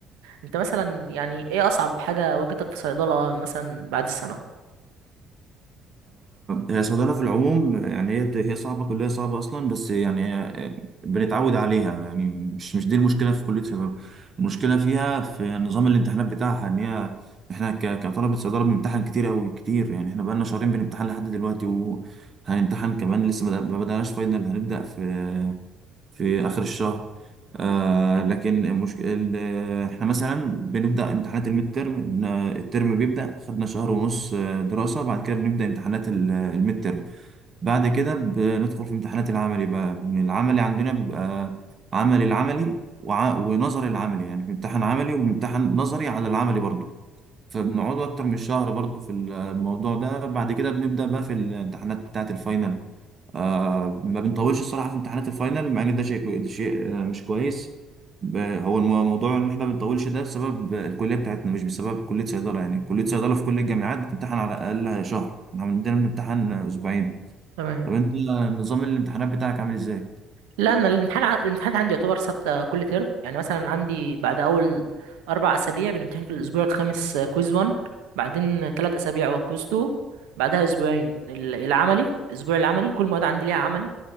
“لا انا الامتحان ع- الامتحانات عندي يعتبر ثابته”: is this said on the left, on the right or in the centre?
Right